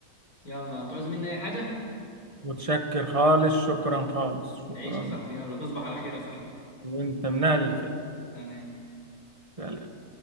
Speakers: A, on the left (about 70°); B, on the right (about 20°).
A: يلا هتعوز مني اي حاجه
B: متشكر خالص شكرا خالص شكرا
A: تعيش يا صاحبي يلا تصبح على خير يا صاحبي
B: وانت من اهل الخير
A: سلام
B: سلام